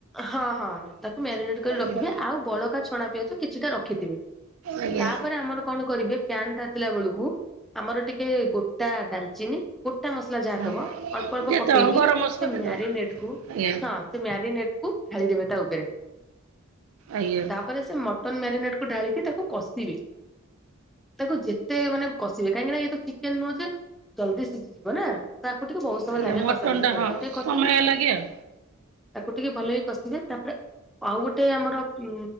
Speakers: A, in the centre; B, on the right.
A: ହଁ ହଁ ତ ମାରିନେଟ କରି
B: ଆଜ୍ଞା।
A: ରଖିବେ ଆଉ ବଳକା ଛଣା ପିଆଜ କିଛିଟା ରଖିଥିବେ।
B: ଆଜ୍ଞା
A: ତାପରେ ଆମର କଣ କରିବେ ପ୍ୟାନ ତାତିଲା ବେଳକୁ? ଆମର ଟିକେ ଗୋଟା ଡାଲଚିନି ଗୋଟା ମସଲା ଯାହାଦବ।
B: ଆଜ୍ଞା।
A: ଅଳ୍ପ ଅଳ୍ପ
B: ଦେଇଦବ
A: ପକେଇକି
B: ଗରମ ମସଲା
A: ସେ ମ୍ୟାରିନେଟ
B: ଦେଇଦବ
A: କୁ
B: ଆଜ୍ଞା।
A: ହଁ ସେ ମ୍ୟାରିନେଟ କୁ ଢାଳି ଦେବେ ତା ଉପରେ।
B: ଆଜ୍ଞା।
A: ତାପରେ ସେ ମଟନ ମ୍ୟାରିନେଟ୍କୁୁ ଢାଳିକି ତାକୁ କଷିବେ। ତାକୁ ଯେତେ ମାନେ କଷିବେ। କାହିଁକି ନା ଇଏ ତ ଚିକେନ ନୁହଁ ଯେ ଜଲଦି ସିଝିଯିବ ନା? ତ ଆକୁ ଟିକେ ବହୁତ ସମୟ
B: ଆଜ୍ଞା
A: ଲାଗେ
B: ମଟନଟା
A: କଷାକଷି କରିବାକୁ।
B: ହଁ
A: ତାକୁ ଟିକେ କଷିଲୁ।
B: ସମୟ ଲାଗେ ଆଉ।
A: ତାକୁ ଟିକେ ଭଲକି କଷିବେ ତାପରେ ଆଉ ଗୋଟେ ଆମର ଉ